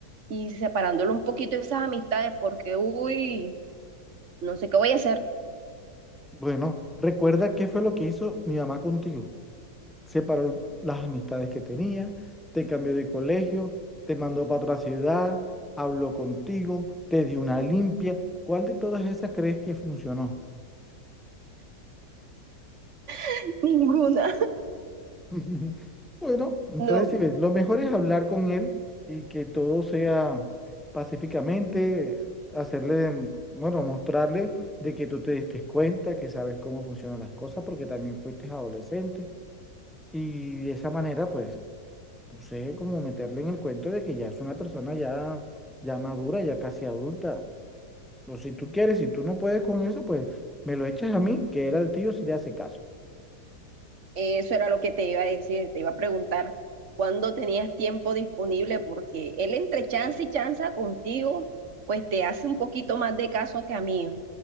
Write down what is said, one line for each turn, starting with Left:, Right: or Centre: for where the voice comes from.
Right: y separándolo un poquito de esas amistades porque, uy, no sé qué voy a hacer,
Centre: Bueno, recuerda qué fue lo que hizo mi mamá contigo. Separó las amistades que tenía, te cambió de colegio, te mandó para otra ciudad, habló contigo, te dio una limpia. ¿Cuál de todas esas crees que funcionó?
Right: <laughs> ninguna.
Centre: <laughs> Bueno, entonces
Right: No,
Centre: si ves, lo mejor es hablar con él y que todo sea pacíficamente, hacerle, mm, bueno, mostrarle de que tú te diste cuenta, que sabes cómo funcionan las cosas, porque también fuiste adolescente. Y de esa manera, pues, no sé, como meterle en el cuento de que ya es una persona ya, ya madura, ya casi adulta. Pero si tú quieres, si tú no puedes con eso, pues me lo echas a mí, que él al tío sí le hace caso.
Right: Eso era lo que te iba a decir, te iba a preguntar cuándo tenías tiempo disponible, porque él entre chance y chanza contigo, pues te hace un poquito más de caso que a mí.